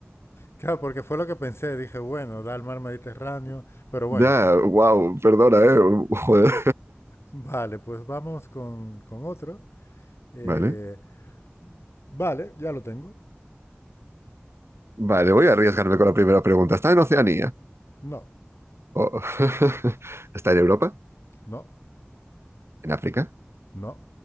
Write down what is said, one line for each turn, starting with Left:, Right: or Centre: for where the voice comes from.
Left: Claro, porque fue lo que pensé. Dije, bueno, da el mar Mediterráneo.
Right: <laughs>
Left: Pero bueno,
Right: Ya, wow, perdona, eh. Joder.
Left: vale, pues vamos con, con otro. Eh,
Right: Vale.
Left: vale, ya lo tengo.
Right: Vale, voy a arriesgarme con la primera pregunta. ¿Está en Oceanía?
Left: No,
Right: O- <laughs> ¿Está en Europa?
Left: no,
Right: ¿En África?
Left: no.